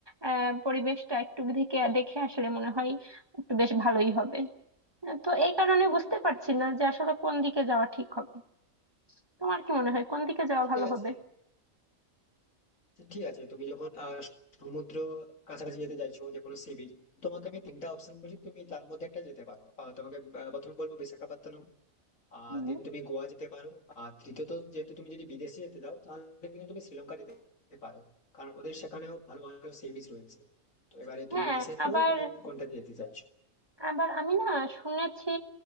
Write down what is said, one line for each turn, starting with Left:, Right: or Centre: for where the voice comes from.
Right: আহ পরিবেশটা একটু দেখে দেখে আসলে মনে হয় একটু বেশ ভালোই হবে আহ, তো এই কারণে বুঝতে পারছি না যে আসলে কোন দিকে যাওয়া ঠিক হবে তোমার কি মনে হয় কোন দিকে যাওয়া
Left: ঠিক
Right: ভালো
Left: আছে
Right: হবে
Left: তো ঠিক আছে তুমি যখন আহ, সমুদ্র কাছাকাছি যেতে চাইছো যে কোনো সি বিচ, তোমাকে আমি তিনটা অপশন বলছি তুমি তার মধ্যে একটা যেতে পারো আহ, তোমাকে আহ, প্রথমে বলবো বিশাখাপত্তনম আহ
Right: উম,
Left: দেন তুমি গোয়া যেতে পারো আর তৃতীয়ত যেহেতু তুমি যদি বিদেশে যেতে দাও তাহলে কিন্তু তুমি শ্রীলঙ্কা যেতে পারো কারণ ওদের সেখানেও ভালো ভালো সি বিচ রয়েছে তো এবারে
Right: হ্যাঁ
Left: তুমি ডিসাইড
Right: আবার
Left: করো তুমি কোনটা যেতে চাইছো
Right: আবার আমি না শুনেছি